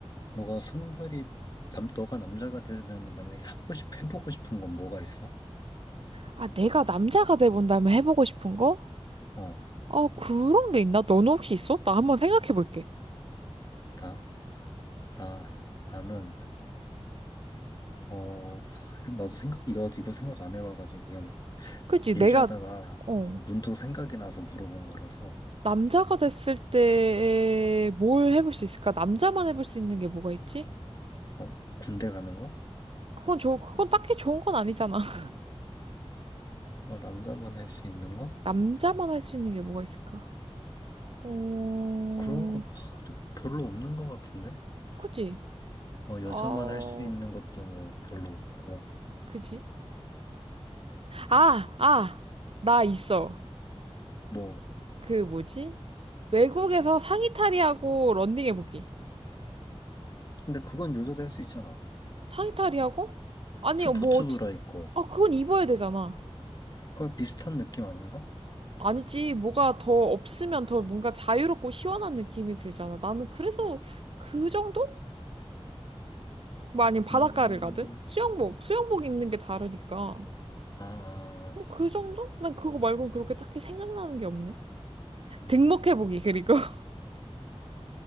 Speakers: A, on the left; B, on the right.
A: 너가 성별이 남, 너가 남자가 되면 만약에 하고 싶, 해보고 싶은 건 뭐가 있어?
B: 아, 내가 남자가 돼본다면 해보고 싶은 거?
A: 어,
B: 아, 그런 게 있나? 너는 혹시 있어? 나 한번 생각해 볼게.
A: 나, 나, 나는 어, 아, 나도 생각 이거 이거 생각 안 해봐가지고 그냥 막
B: 그치,
A: 얘기하다가
B: 내가, 어,
A: 문득 생각이 나서 물어본 거라서
B: 남자가 됐을 때 뭘 해볼 수 있을까? 남자만 해볼 수 있는 게 뭐가 있지?
A: 어, 군대 가는 거?
B: 그건 저, 그건 딱히 좋은 건 아니잖아. <laughs>
A: 아, 남자만 할 수 있는 거?
B: 남자만 할 수 있는 게 뭐가 있을까? 어,
A: 그런 거 아, 근데 별로 없는 것 같은데?
B: 그치?
A: 어, 여자만
B: 어,
A: 할 수 있는 것도 뭐 별로 없고.
B: 그지? 아, 아, 나 있어.
A: 뭐,
B: 그 뭐지? 외국에서 상의탈의하고 런닝해보기.
A: 근데 그건 여자도 할 수 있잖아.
B: 상의탈의하고? 아니,
A: 스포츠
B: 뭐, 어찌,
A: 브라 있고.
B: 아, 그건 입어야 되잖아.
A: 거의 비슷한 느낌 아닌가?
B: 아니지, 뭐가 더 없으면 더 뭔가 자유롭고 시원한 느낌이 들잖아. 나는 그래서 그 정도? 뭐 아니면 바닷가를
A: 음,
B: 가든? 수영복, 수영복 입는 게 다르니까.
A: 아, 아,
B: 뭐
A: 아,
B: 그 정도? 난 그거 말고 그렇게 딱히 생각나는 게 없네.
A: 음,
B: 등목해보기,
A: 음.
B: 그리고 <laughs>